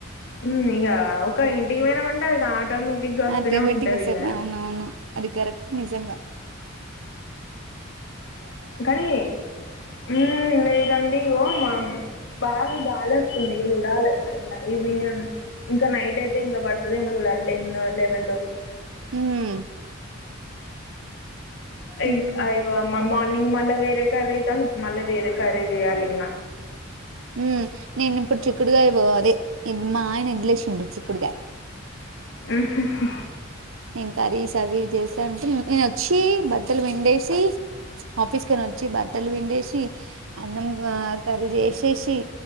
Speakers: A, on the left (about 60°); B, on the right (about 70°).
A: ఉమ్ ఇక ఒక ఇంటి పోయినామంటే ఉండదిక ఆటో మీ ఇంటికి వస్తూనే
B: ఆటోమేటిక్
A: ఉంటది
B: వస్తది
A: ఇంకా
B: అవునవును అది కరెక్ట్ నిజంగ
A: కనీ ఉమ్ లేదండి ఇగో మా బాగా గాలి వస్తుంది ఇక చూడాలి మరి ఈవినింగ్ ఇంక నైట్ అయితే ఇంకా పడుతుంది ఏమో చూడాలె టెన్ ఎలెవెన్ లోపు
B: ఊహు ఉమ్
A: ఇంక్ అదిగో మమ్మి మార్నింగ్ మళ్ళ వేరే కర్రీ అయితాన్ మళ్ళీ వేరే కర్రీ చేయాలి
B: ఉమ్ నేను ఇప్పుడు చిక్కుడుగాయ అదే ఇది మా ఆయన వదిలేసిండ్రు చిక్కుడుకాయ
A: ఉహ్ హు
B: నేను కర్రీ సవి చేస్తానుంటే నేను వచ్చి బట్టలు పిండేసి ఆఫీస్ కొని వచ్చి బట్టలు పెండేసి అన్నం కర్రీ చేసేసి